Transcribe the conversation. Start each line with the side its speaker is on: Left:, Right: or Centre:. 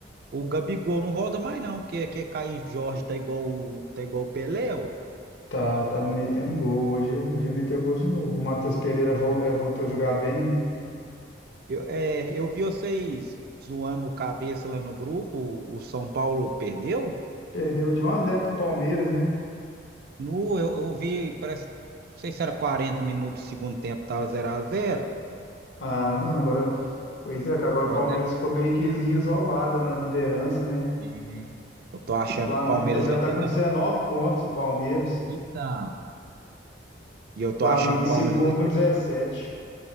Right: O Gabigol não volta mais não, porque quer cair Jorge tá igual o, tá igual o Pelé, ué.
Left: tá, tá metendo gol. Hoje, hoje meteu gol de novo. O Matheus Pereira vol- eh, voltou a jogar bem, né?
Right: Eu, é, eu vi vocês zoando o cabeça lá no grupo, o, o São Paulo perdeu?
Left: Perdeu de 1x0 pro Palmeiras, né?
Right: No, eu, eu vi, parece, não sei se era 40 minutos do segundo tempo, tava zero a zero.
Left: Ah, não, agora. Pois é, cara, agora
Right: Olha
Left: o Palmeiras ficou meio que isolada na liderança, né?
Right: daqui. Eu tô achando
Left: Flam-
Right: que o Palmeiras
Left: eh, Já
Right: vai
Left: tá
Right: ser
Left: com
Right: campeão.
Left: 19 pontos o Palmeiras.
Right: Então. E eu
Left: O Flamengo
Right: tô achando que
Left: em
Right: o
Left: segundo
Right: Palmeiras vai
Left: com
Right: ser...
Left: 17.